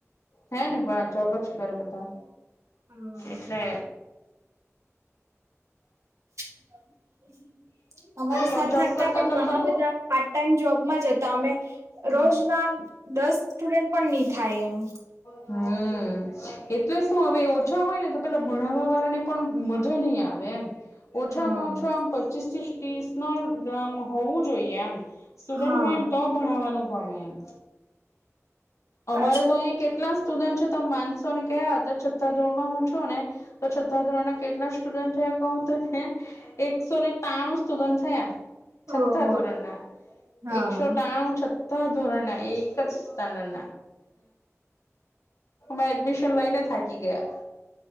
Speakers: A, on the left; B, on the right.
A: હે ને પણ જોબ જ કરે બધા.
B: હા.
A: એટલે
B: <inaudible> અમારી
A: પણ
B: સાથે
A: જોબ
B: હતા
A: કરતા
B: પણ
A: કરતા
B: ઘણા બધા પાર્ટ ટાઈમ જોબમાં જ હતા અમે, રોજના
A: હમ
B: દસ સ્ટુડન્ટ પણ નહી થાય એમ.
A: હમ એટલે શું હવે ઓછા હોય ને તો પેલા ભણાવવા વાળા ને પણ મજા નહી આવે એમ. ઓછામાં
B: હા.
A: ઓછા આમ પચીસ ત્રીસ ત્રીસ એમ હોવું જોઈએ એમ, સ્ટુડન્ટ
B: હા
A: હોયને તો ભણવાનું ગમે એમ.
B: પાછું
A: અમારે તો અહીં કેટલા સ્ટુડન્ટ છે તો માનસો ને કયા હતા છટા ધોરણમાં હું છું ને તો છથા ધોરણના કેટલા સ્ટુડન્ટ છે. ક તો ને એકસો ને ત્રાણું સ્ટુડન્ટ થયા. છ્ઠા
B: ઓહો
A: ધોરણના,
B: હા.
A: એકસો ટાણું છ. ધોરણના એક જ સ્ટાર્ડર્ડ એ એડમિશન લઈને થાકી ગયા.